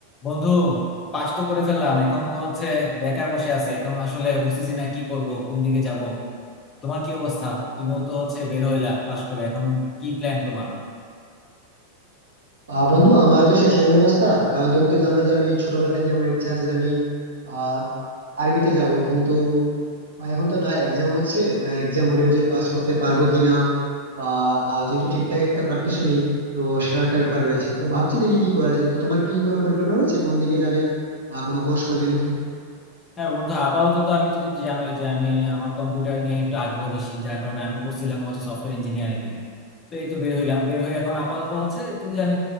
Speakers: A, on the left; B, on the right.
A: বন্ধু পাস তো করে ফেললাম এখন তো হচ্ছে বেকার বসে আছি এখন আসলে বুঝতেছি না কি করব কোন দিকে যাব তোমার কি অবস্থা তুমিও তো হচ্ছে বের হইলা পাস করে এখন কি প্ল্যান তোমার
B: আহ বন্ধু আমার তো সেই সেম অবস্থা কারণ তুমি তো জানো যে আমি ছোটবেলা থেকে আমার ইচ্ছা আছে যে আমি আহ আর্মিতে যাব কিন্তু এখন তো না এক্সাম হচ্ছে না এক্সাম হলেও যে পাস করতে পারবো কিনা বা আহ, যেহেতু ঠিকঠাক একটা প্র্যাকটিসও নেই তো সেটাও একটা ব্যাপার রয়েছে তো ভাবছি দেখি কি করা যায় তো তোমার কি কোনো পরিকল্পনা রয়েছে কোন দিকে যাবে বা কোনো কোর্স করবে নাকি
A: হ্যাঁ বন্ধু আপাতত তো আমি তো তুমি জানোই যে আমি আমার কম্পিউটার নিয়ে একটু আগ্রহ বেশি যার কারণে আমি পড়ছিলাম হচ্ছে সফটওয়্যার ইঞ্জিনিয়ারিং এ তো এই তো বের হইলাম বের হয়ে এখন আপাতত হচ্ছে তুমি জানো